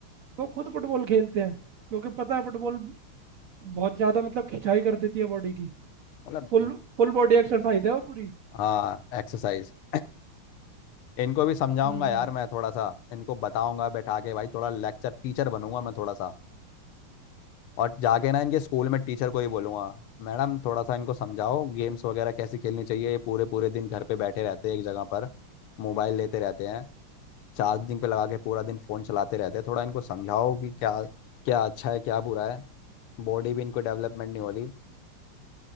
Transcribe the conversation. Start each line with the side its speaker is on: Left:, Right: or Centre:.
Right: वो खुद फुटबॉल खेलते हैं क्योंकि पता है फुटबॉल बहुत ज्यादा मतलब खिंचाई कर देती है बॉडी की
Left: मतलब
Right: फुल फुल बॉडी एक्सरसाइज है वो पूरी
Left: हाँ एक्सरसाइज <clears throat> इनको भी समझाऊंगा
Right: हम्म
Left: यार मैं थोड़ा सा इनको बताऊंगा बैठा के भाई थोड़ा लेक्चर टीचर बनूंगा मैं थोड़ा सा और जाके ना इनके स्कूल में टीचर को ही बोलूंगा मैडम थोड़ा सा इनको समझाओ गेम्स वगैरह कैसे खेलनी चाहिए ये पूरे पूरे दिन घर पे बैठे रहते हैं एक जगह पर मोबाइल लेते रहते हैं चार्जिंग पे लगा के पूरा दिन फोन चलाते रहते हैं थोड़ा इनको समझाओ कि क्या क्या अच्छा है क्या बुरा है बॉडी भी इनको डेवलपमेंट नहीं हो रही